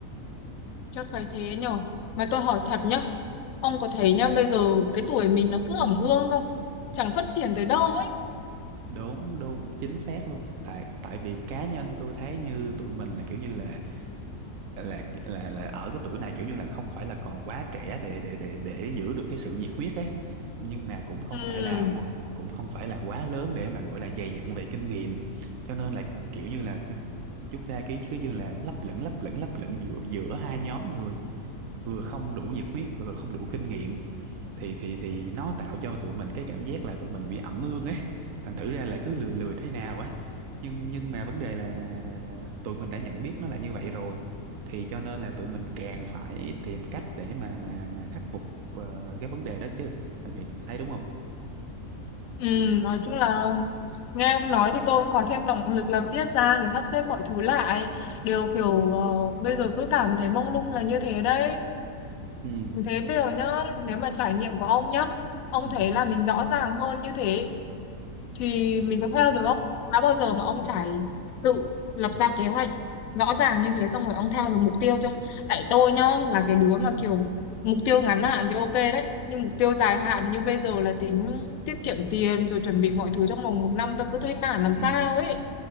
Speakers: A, on the left; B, on the right.
A: chắc phải thế nhở. Mà tôi hỏi thật nhá, Ông có
B: Ừ,
A: thấy nhá, bây giờ cái tuổi mình nó cứ ẩm ương không? Chẳng phát triển tới đâu ấy.
B: đúng đúng chính xác luôn tại tại vì cá nhân tôi thấy như tụi mình là kiểu như là là là là ở cái tuổi này kiểu như là không phải là còn quá trẻ để để để để giữ được cái sự nhiệt huyết ấy nhưng mà cũng không
A: Ừ,
B: phải là quá- cũng không phải là quá lớn để mà gọi là dày dặn về kinh nghiệm cho nên là kiểu như là chúng chúng ta cứ cứ như là lấp lửng lấp lửng lấp lửng giữa giữa hai nhóm người vừa không đủ nhiệt huyết vừa không đủ kinh nghiệm thì thì thì nó tạo cho tụi mình cái cảm giác là tụi mình bị ẩm ương ấy thành thử ra là cứ lười lười thế nào ấy nhưng nhưng mà vấn đề là tụi mình đã nhận biết nó là như vậy rồi thì cho nên là tụi mình càng phải tìm cách để mà mà mà khắc phục ờ, cái vấn đề đó chứ bạn nghĩ thấy đúng không
A: ừ, nói chung là nghe ông nói thì tôi cũng có thêm động lực là viết ra rồi sắp xếp mọi thứ lại. Đều kiểu ờ, bây giờ cứ cảm thấy mông lung là như thế đấy.
B: ừ
A: Thế bây giờ nhá, nếu mà trải nghiệm của ông nhá, ông
B: ừ
A: thấy là mình rõ ràng hơn như thế thì mình có theo được không? Đã bao giờ mà ông trải tự lập ra kế hoạch rõ ràng như thế xong rồi ông theo được mục tiêu chưa? Tại tôi nhá là cái đứa mà kiểu mục tiêu ngắn hạn thì ok đấy nhưng mục tiêu dài hạn như bây giờ là tính tiết kiệm tiền rồi chuẩn bị mọi thứ trong vòng một năm tôi cứ thấy nản làm
B: ừ
A: sao ấy.